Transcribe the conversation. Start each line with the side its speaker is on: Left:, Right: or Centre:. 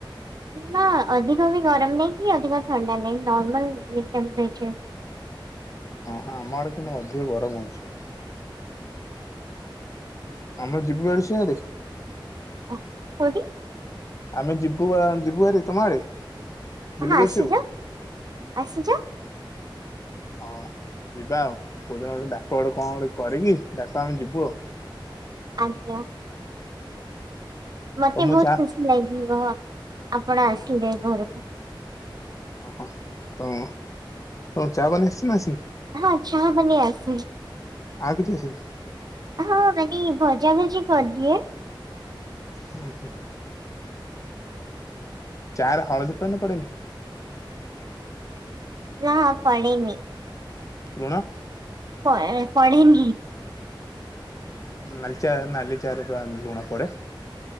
Right: ନା ଅଧିକ ବି ଗରମ ନାହିଁ କି ଅଧିକ ଥଣ୍ଡା ନାହିଁ ନର୍ମଲ ଟେମ୍ପରେଚର୍
Left: ହଁ ହଁ ଆମ ଆଡେ କିନ୍ତୁ ଅଧିକ ଗରମ ଅଛି। ଆମର ଯିବ ଆଡ ସିଆଡେ
Right: ହ କିି
Left: ଆମେ ଯିବୁ ଯିବୁ ଆରେ ତମ ଆଡେ ବୁଲିକି
Right: ହଁ ଆସିଯାଅ
Left: ଆସିବୁ
Right: ଆସିଯାଅ
Left: ହ ଯିବା ଆଉ କୋଉଦିନ ଗୋଟେ ଡାକ ଗୋଟେ କଣ ଗୋଟେ କରିକି ଡାକ ଆମେ ଯିବୁ ଆଉ
Right: ଆଜ୍ଞା। ମତେ
Left: ତମକୁ
Right: ବହୁତ
Left: ଚା
Right: ଖୁସି ଲାଗିବ ଆପଣ ଆସିଲେ ଘରକୁ
Left: ଓହୋ ତ ତମ ଚା ବନେଇ ଆସିଛି ଆସିନି।
Right: ହଁ ଚାହା ବନେଇ ଆସେ।
Left: ଆଉ କିଛି ଆସିନି।
Right: ହଁ ମାନେ ଭଜା ଭଜି କରିଦିଏ।
Left: ହୁଁ ହୁଁ। ଚାରେ ହଳଦୀ ପଡେ ନା ପଡେନି।
Right: ନାଁ ପଡ଼େନି।
Left: ଲୁଣ
Right: ପ ପଡ଼େନି।
Left: ନାଲି ଚା ନାଲି ଚାରେ ପା ଲୁଣ ପଡେ।